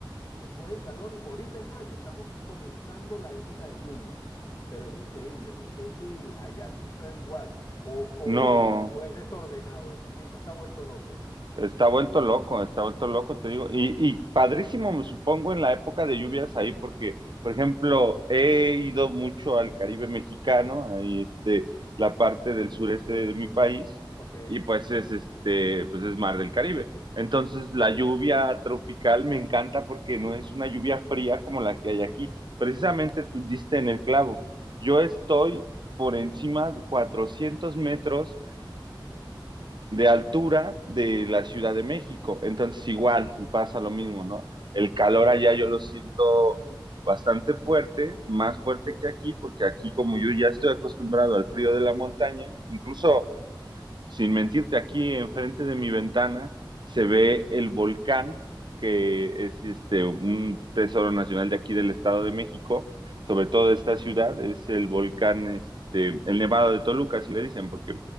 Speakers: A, on the left; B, on the right.
A: Después del calor, ahorita en mayo estamos comenzando la época de lluvias, pero es increíble, no sé si allá sucede igual o,
B: No,
A: o, o es desordenado, el clima está vuelto loco.
B: Está vuelto loco, está vuelto loco, te digo. Y, y padrísimo, me supongo, en la época de lluvias ahí, porque, por ejemplo, he ido mucho al Caribe mexicano, ahí este, la parte del sureste de, mi país,
A: Ok.
B: y pues es este, pues es mar del Caribe. Entonces, la lluvia tropical me encanta porque no es una lluvia fría como la que hay aquí. Precisamente tú diste en el clavo. Yo estoy por encima de 400 metros de altura de la Ciudad de México. Entonces igual pasa lo mismo, ¿no? El calor allá yo lo siento bastante fuerte, más fuerte que aquí, porque aquí como yo ya estoy acostumbrado al frío de la montaña, incluso sin mentirte, aquí enfrente de mi ventana se ve el volcán, que es este, un tesoro nacional de aquí del Estado de México, sobre todo de esta ciudad, es el volcán, este, el Nevado de Toluca, así le dicen, porque